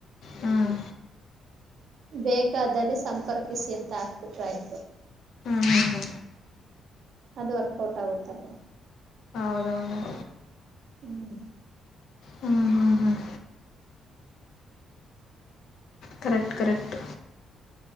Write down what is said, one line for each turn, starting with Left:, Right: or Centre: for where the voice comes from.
Left: ಹ್ಮ್
Right: ಬೇಕಾದಲ್ಲಿ ಸಂಪರ್ಕಿಸಿ ಅಂತ ಹಕ್ಬಿಟ್ರಾಯ್ತು
Left: ಹ್ಮ ಹ್ಮ ಹ್ಮ
Right: ಅದು ವರ್ಕೌಟ್ ಆಗುತ್ತಲ್ವಾ
Left: ಹೌದೌದೌ
Right: ಹ್ಮ್
Left: ಹ್ಮ ಹ್ಮ್ ಕರೆಕ್ಟ್ ಕರೆಕ್ಟ್